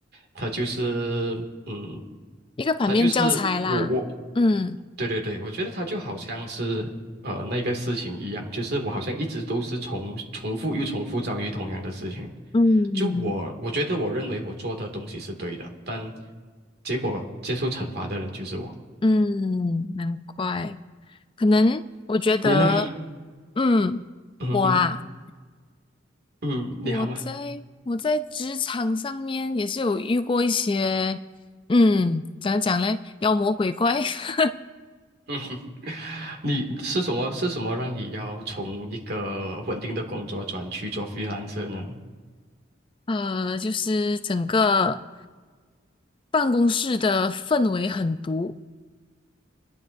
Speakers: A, on the right (about 55°); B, on the left (about 25°).
A: 它就是嗯，
B: 一个反面教材啦。
A: 它就是我我，
B: 嗯
A: 对对对，我觉得它就好像是呃那个事情一样，就是我好像一直都是重重复又重复遭遇同样的事情。
B: 嗯。
A: 就我，我觉得我认为我做的东西是对的，但结果接受惩罚的人就是我。
B: 嗯，难怪，可能我觉得，
A: 你呢？
B: 嗯，
A: 嗯哼，
B: 我啊，
A: 嗯，你好吗？
B: 我在我在职场上面也是有遇过一些，嗯，怎样讲嘞，妖魔鬼怪，<laughs>
A: 嗯哼，<laughs> 你是什么？是什么让你要从一个稳定的工作转去做 freelancer 呢？
B: 呃，就是整个办公室的氛围很毒，